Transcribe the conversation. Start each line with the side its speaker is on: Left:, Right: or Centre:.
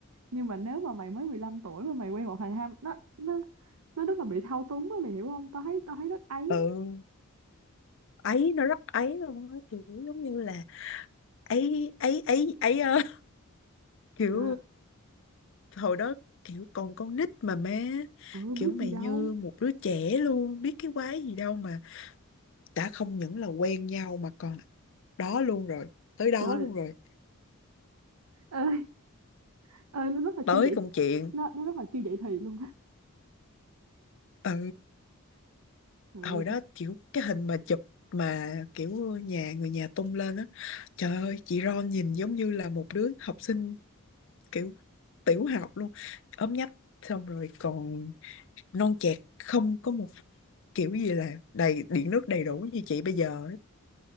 Right: nhưng mà nếu mà mày mới 15 tuổi mà mày quen một thằng hai nó nó nó rất là bị thao túng á mày hiểu không tao thấy tao thấy rất ấy
Left: ừ ấy nó rất ấy luôn á kiểu giống như là ấy ấy ấy ấy ơ <laughs> kiểu
Right: trời ơi,
Left: hồi đó kiểu còn con nít mà má
Right: ừ biết
Left: kiểu mày
Right: gì đâu
Left: như một đứa trẻ luôn biết cái quái gì đâu mà đã không những là quen nhau mà còn đó luôn rồi tới đó
Right: trời
Left: luôn rồi
Right: ơi ơi nó rất là
Left: tới
Right: chưa vậy
Left: công chuyện
Right: nó nó rất là chưa vậy thì luôn á
Left: ừ
Right: trời
Left: hồi
Right: ơi
Left: đó
Right: tôi...
Left: kiểu cái hình mà chụp mà kiểu nhà người nhà tung lên á trời ơi chị Ron nhìn giống như là một đứa học sinh kiểu tiểu học luôn ốm nhách xong rồi còn non chẹt không có một kiểu gì là đầy điện nước đầy đủ như chị bây giờ